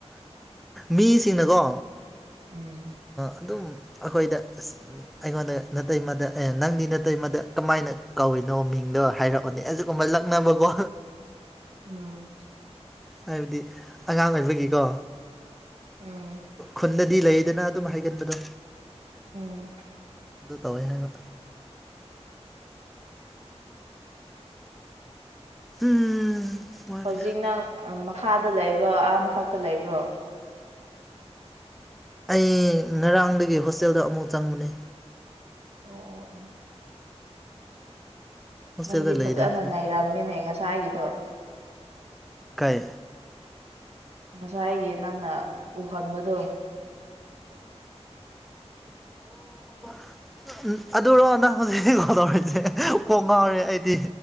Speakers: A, in the centre; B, on the right.
A: ꯃꯤꯁꯤꯡꯅꯀꯣ
B: ꯎꯝ
A: ꯑꯗꯨꯝ ꯑꯩꯈꯣꯏꯗ ꯑꯩꯉꯣꯟꯗ ꯅꯅꯥꯇꯩꯃꯗ ꯑꯦ ꯅꯪꯗꯤ ꯅꯠꯇꯇꯩꯃꯗ ꯀꯃꯥꯏꯅ ꯀꯧꯏ ꯀꯩꯅꯣ ꯃꯤꯡꯗꯣ ꯍꯥꯏꯔꯛꯑꯣꯅꯦ ꯑꯗꯨꯒꯨꯝꯕ ꯂꯛꯅꯕꯀꯣ
B: ꯎꯝ
A: ꯍꯥꯏꯕꯗꯤ ꯑꯉꯥꯡ ꯑꯣꯏꯕꯒꯤꯀꯣ
B: ꯎꯝ
A: ꯈꯨꯟꯗ ꯀꯗꯤ ꯂꯩꯗꯅ ꯑꯗꯨꯝ ꯍꯥꯏꯒꯟꯕꯗꯣ
B: ꯎꯝ
A: ꯑꯗꯨ ꯇꯧꯋꯦ ꯍꯥꯏꯅ ꯎꯝ ꯋꯥꯔꯦ
B: ꯍꯧꯖꯤꯛ ꯅꯪ ꯃꯈꯥꯗ ꯂꯩꯕ꯭ꯔꯣ ꯑꯥ ꯃꯊꯛꯇ ꯂꯩꯕ꯭ꯔꯣ
A: ꯑꯩ ꯉꯔꯥꯡꯗꯒꯤ ꯍꯣꯁꯇꯦꯜꯗ ꯑꯃꯨꯛ ꯆꯪꯕꯅꯦ
B: ꯑꯣ ꯑꯣ ꯑꯣ
A: ꯍꯣꯁꯇꯦꯜꯗ
B: ꯅꯪꯗꯤ
A: ꯂꯩꯗ
B: ꯐꯖꯅ
A: ꯍꯧꯖꯤꯛ
B: ꯅꯔꯝꯃꯤꯅꯦ ꯉꯁꯥꯏꯒꯤꯗꯣ
A: ꯀꯥꯏ
B: ꯉꯁꯥꯏꯒꯤ ꯅꯪꯅ ꯎꯍꯟꯕꯗꯣ ꯑꯣ
A: ꯎꯝ ꯑꯗꯨꯔꯣ ꯅꯪ ꯍꯧꯖꯤꯛ ꯍꯧ ꯀꯣꯗꯧꯔꯤꯁꯦ ꯀꯣꯛ ꯉꯥꯎꯔꯦ ꯑꯩꯗꯤ